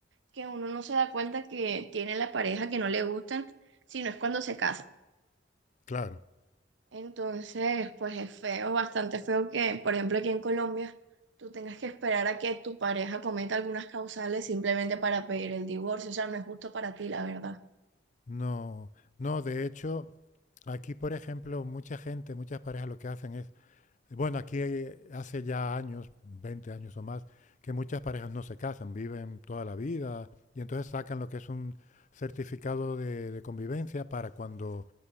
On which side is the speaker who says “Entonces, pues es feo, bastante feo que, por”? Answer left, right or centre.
Right